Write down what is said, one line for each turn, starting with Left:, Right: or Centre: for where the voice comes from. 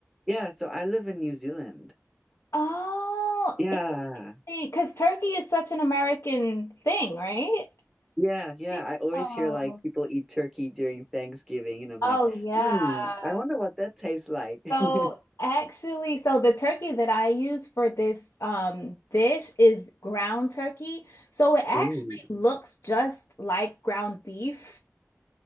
Centre: Yeah, so I live in New Zealand.
Left: Oh,
Centre: Yeah,
Left: interesting. Because turkey is such an American thing, right? I
Centre: yeah, yeah.
Left: think
Centre: I always
Left: so.
Centre: hear like people eat turkey during Thanksgiving, and I'm
Left: Oh,
Centre: like,
Left: yeah.
Centre: hmm, I wonder what that tastes like.
Left: So
Centre: <laughs>
Left: actually, so the turkey that I use for this um dish is ground turkey. So it actually
Centre: Oh,
Left: looks just like ground beef.